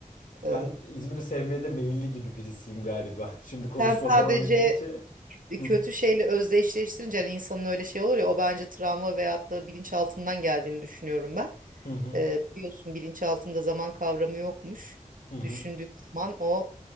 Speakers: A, on the right; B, on the left.
A: Ee,
B: Ben İzmir'i sevmeye de meyilli gibi birisiyim galiba. Şimdi konuşmaya
A: sen sadece
B: devam ettikçe.
A: E, kötü
B: Hı
A: şeyle özdeşleştirince hani insanın öyle şey olur ya o bence travma veyahut da bilinçaltından geldiğini düşünüyorum ben.
B: hı hı
A: Ee, biliyorsun bilinçaltında zaman kavramı yokmuş.
B: hı hı
A: Düşündüğün zaman o